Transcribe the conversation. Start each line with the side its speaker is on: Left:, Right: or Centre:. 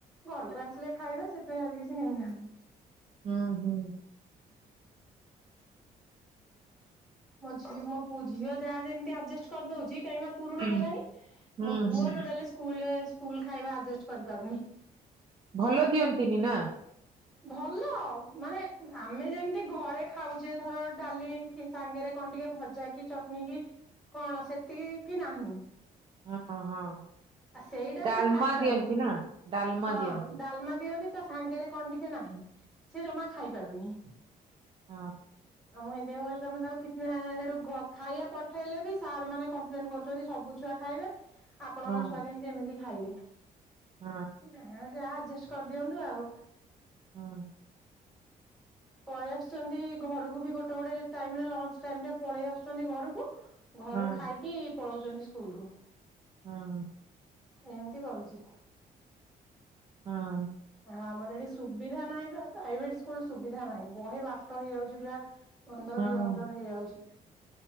Centre: ଘରକୁ ଆସିଲେ ଖାଇବେ, ସେଥିପାଇଁ ଆଜି କିଛି ନେଇନାହାନ୍ତି।
Right: ହୁଁ ହୁଁ
Centre: ମୋ ଝିଅ ମୋ ପୁ ମୋ ଝିଅ ଯାହା ଯେମତି ଆଡଜଷ୍ଟ କରିଦଉଛି କାହିଁକି ନା ପୁରୁଣା
Right: ହୁଁ
Centre: ହେଲାଣି।
Right: ହୁଁ
Centre: ମୋ ପୁଅ
Right: ହୁଁ
Centre: ଟୋଟାଲି ସ୍କୁ ସ୍କୁଲ ଖାଇବା ଆଡଜଷ୍ଟ କରିପାରୁନି।
Right: ଭଲ ଦିଅନ୍ତିନି ନା?
Centre: ଭଲ ଆଉ ମାନେ ଆମେ ଯେମିତି ଘରେ ଖାଉଛେ ଧର ଡାଲି ସାଙ୍ଗରେ କଣ ଟିକେ ଭଜା କି ଚଟଣୀ କି କଣ ସେତିକି କି ନାହିଁ।
Right: ହଁ ହଁ
Centre: ଆ ସେଇଟା
Right: ଡାଲମା
Centre: ସେ ଖାଇପାରୁନି
Right: ଦିଅନ୍ତି ନା ଡାଲମା
Centre: ହଁ
Right: ଦିଅନ୍ତି
Centre: ଡାଲମା ଦିଅନ୍ତି ତା ସାଙ୍ଗରେ କଣ ଟିକେ ନାହିଁ ସେ ଜମା ଖାଇପାରୁନି।
Right: ହଁ
Centre: <inaudible> ଆଉଁ ସେଥିପାଇଁ କହଲି ତମେ ତାକୁ କିଛି ସେଠୁ ଖାଇବା ପଠେଇଲେ ବି ସାର୍ ମାନେ କମ୍ପ୍ଲେନ କରୁଛନ୍ତି ସବୁ ଛୁଆ ଖାଇବେ ଆପଣଙ୍କ
Right: ହଁ
Centre: ଛୁଆ କେମିତି ଏମିତି ଖାଇବେ।
Right: ହଁ
Centre: ଯାହା ଆଡଜଷ୍ଟ କରିଦିଅନ୍ତୁ ଆଉ।
Right: ହଁ
Centre: ପଳେଇ ଆସୁଛନ୍ତି ଘରକୁ ବି ଗୋଟେ ଗୋଟେ ଟାଇମରେ ଲଞ୍ଚ ଟାଇମ ରେ ପଳେଇ ଆସୁଛନ୍ତି ଘରକୁ। ଘରୁ
Right: ହଁ
Centre: ଖାଇକି ପଳଉଛନ୍ତି ସ୍କୁଲ କୁ।
Right: ହଁ
Centre: ଏମିତି କରୁଛି।
Right: ହଁ
Centre: ଆମର ଏଠି ସୁବିଧା ନାହିଁ ବା ପ୍ରାଇଭେଟ ସ୍କୁଲ ସୁବିଧା ନାହିଁ ବହେ ବାଟ ହେଇଯାଉଛି ପା। ପନ୍ଦର
Right: ହଁ
Centre: କିଲୋମିଟର ହେଇଯାଉଛି।